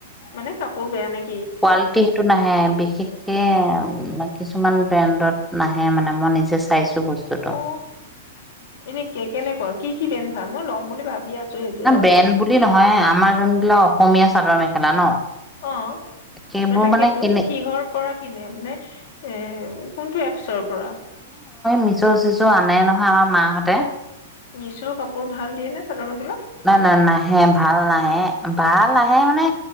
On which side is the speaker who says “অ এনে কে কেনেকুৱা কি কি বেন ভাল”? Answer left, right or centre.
Left